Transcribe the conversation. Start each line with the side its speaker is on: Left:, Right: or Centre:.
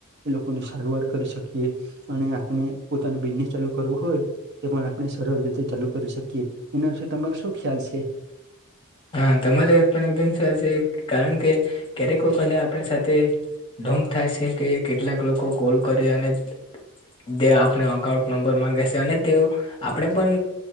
Right: એ લોકોની સારવાર કરી શકીએ અને આપણે પોતાનું બિઝનેસ ચાલુ કરવું હોય તે પણ આપણે સરળ રીતે ચાલુ કરી શકીએ એના વિશે તમારો શું ખ્યાલ છે.
Left: હા તમારી વાત પણ એકદમ સાચી કારણ ક્યારેક લોકો ને આપણી સાથે ઢોંગ થાય છે કે કેટલાક લોકો કોલ કરે અને જે આપણે અકાઉન્ટ નંબર માંગે છે અને તેઓ આપણે પણ